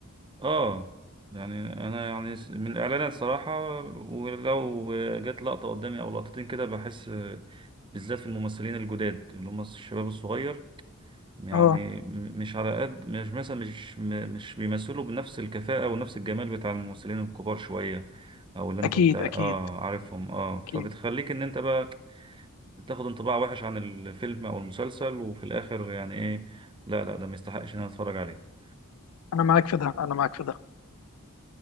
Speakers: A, on the right; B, on the left.
A: اه يعني انا يعني س- من الاعلانات صراحة ولو جت لقطة قدامي او لقطتين كده بحس آه، بالذات في الممثلين الجداد اللي هم الشباب الصغير يعني
B: اه
A: م- مش على قد مش مثلا مش م- مش بيمثلوا بنفس الكفاءة ونفس الجمال بتاع الممثلين الكبار شوية او اللي انا
B: اكيد
A: كنت اه
B: اكيد
A: عارفهم اه فبتخليك
B: اكيد
A: ان انت بقى تاخد انطباع وحش عن الفيلم او المسلسل وفي الاخر يعني ايه لا لا ده ما يستحقش ان انا اتفرج عليه
B: انا معاك في ده انا معاك في ده